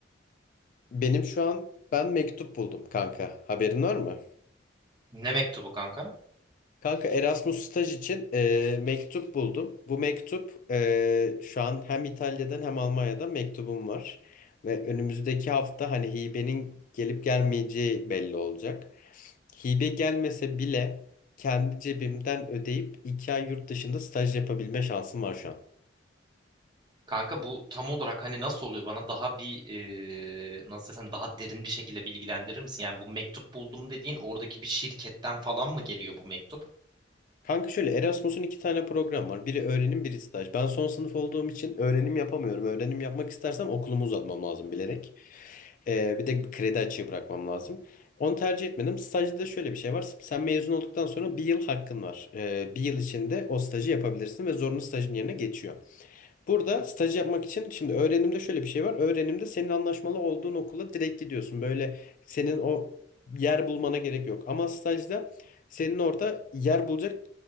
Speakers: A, on the left (about 45°); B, on the right (about 25°).
A: Benim şu an ben mektup buldum kanka. Haberin var mı?
B: Ne mektubu kanka?
A: Kanka Erasmus staj için e, mektup buldum. Bu mektup e, şu an hem İtalya'dan hem Almanya'dan mektubum var. Ve önümüzdeki hafta hani hibenin gelip gelmeyeceği belli olacak. Hibe gelmese bile kendi cebimden ödeyip iki ay yurt dışında staj yapabilme şansım var şu an.
B: Kanka bu tam olarak hani nasıl oluyor bana daha bir e, nasıl desem daha derin bir şekilde bilgilendirir misin? Yani bu mektup buldum dediğin oradaki bir şirketten falan mı geliyor bu mektup?
A: Kanka şöyle Erasmus'un iki tane program var. Biri öğrenim, biri staj. Ben son sınıf olduğum için öğrenim yapamıyorum. Öğrenim yapmak istersem okulumu uzatmam lazım bilerek. Ee, bir de kredi açığı bırakmam lazım. Onu tercih etmedim. Stajda da şöyle bir şey var. Sen mezun olduktan sonra bir yıl hakkın var. Ee, bir yıl içinde o stajı yapabilirsin ve zorunlu stajın yerine geçiyor. Burada staj yapmak için şimdi öğrenimde şöyle bir şey var. Öğrenimde senin anlaşmalı olduğun okula direkt gidiyorsun. Böyle senin o yer bulmana gerek yok. Ama stajda senin orada yer bulacak